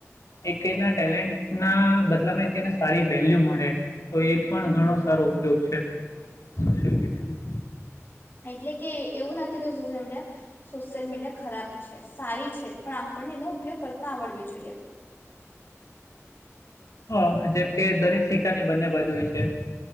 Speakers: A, on the left; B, on the left.
A: એક એના ટેલેન્ટ ના બદલામાં એક એને સારી વેલ્યુ મળે. તો એ પણ
B: હા
A: ઘણો સારો ઉપયોગ છે. સોશિયલ મીડિયાનું.
B: એટલે કે એવું નથી કે સોશિયલ મીડિયા સોશિયલ મીડિયા ખરાબ છે સારી છે પણ આપણને ન ઉપયોગ કરતા આવડવી જોઈએ.
A: હા જેમ કે દરેક સિક્કાની બંને બાજુ હોય છે.